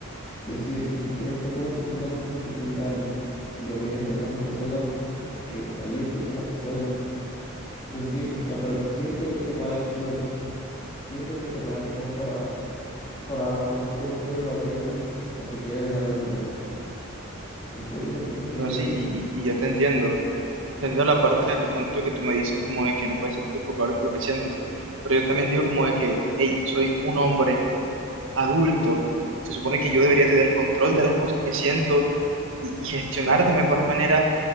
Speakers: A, on the left (about 25°); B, on the right (about 65°).
A: Es decir, si tú quieres estar con una persona, tienes que intentarlo. Si no quieres estar con esa persona, tienes que salirte de esa persona. Decir, o sea, pero siempre hay que tomar acción. Siempre hay que tomar acción para para las cosas que uno quiere en la vida o que quiere dejar de tener. ¿Entiendes lo que te quiero
B: O sea, sí,
A: decir?
B: y, y, y yo te entiendo. Entendiendo la parte de pronto que tú me dices como de que no puedes sentirte culpable por lo que sientes, pero yo también digo como de que, hey, soy un hombre adulto, se supone que yo debería tener control de las cosas que siento y, y gestionar de mejor manera